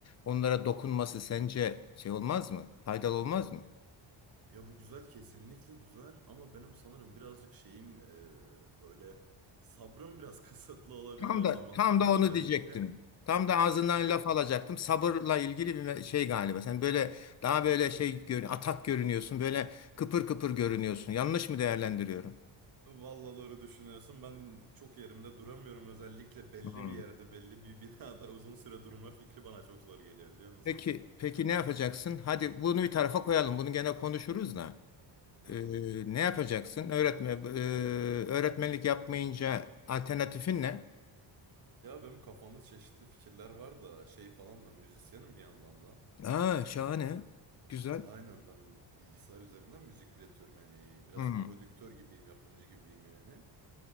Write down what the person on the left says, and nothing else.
onlara dokunması sence şey olmaz mı? Faydalı olmaz mı?
Tam da
tam
da onu
diyecektim. Tam da ağzından
laf alacaktım. Sabırla ilgili bir me- şey galiba. Sen böyle daha böyle şey gör, atak görünüyorsun. Böyle kıpır kıpır görünüyorsun. Yanlış mı değerlendiriyorum?
Hmm.
Peki, peki ne yapacaksın? Hadi bunu bir tarafa koyalım. Bunu gene konuşuruz da.
Ee,
ne yapacaksın? Öğretme, e, öğretmenlik yapmayınca alternatifin ne?
Aa, şahane. Güzel.
Hmm.